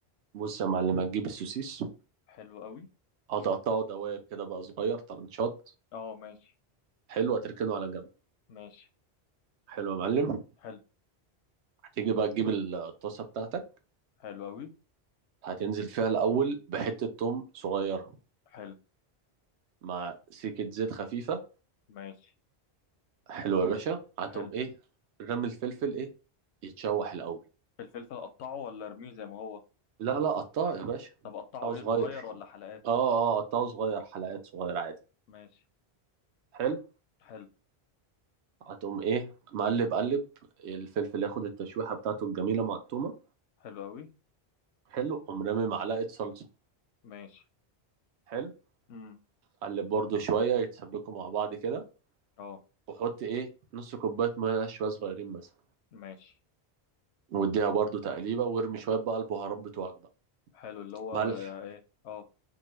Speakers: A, on the right; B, on the left.
A: بص يا معلم هتجيب السوسيس
B: حلو قوي
A: هتقطعه دواير كده بقى صغير طرنشات
B: اه ماشي
A: حلو هتركنه على جنب
B: ماشي
A: حلو يا معلم
B: حلو.
A: هتيجي بقى تجيب الطاسة بتاعتك
B: حلو أوي
A: هتنزل فيها الأول بحتة توم صغيرة
B: حلو
A: مع سكة زيت خفيفة
B: ماشي
A: حلوة يا باشا هاتهم
B: حلو
A: ايه رمي الفلفل ايه يتشوح الأول
B: الفلفل أقطعه ولا أرميه زي ما هو
A: لا لا قطعه يا باشا
B: طب أقطعه
A: قطعه
B: إيه
A: صغير
B: صغير ولا حلقات
A: اه اه قطعه صغير حلقات صغيرة عادي
B: ماشي
A: حلو
B: حلو
A: هتقوم ايه مقلب قلب الفلفل ياخد التشويحة بتاعته الجميلة مع التومة
B: حلو أوي
A: حلو قوم رامي معلقة صلصة
B: ماشي
A: حلو
B: امم
A: قلب برضو شوية يتسبكوا مع بعض كده
B: أه
A: وحط ايه نص كوباية مية شوية صغيرين مثلا
B: ماشي
A: واديها برضو تقليبة وارمي شوية بقى البهارات بتوعك بقى
B: حلو اللي هو
A: ملح
B: إيه أه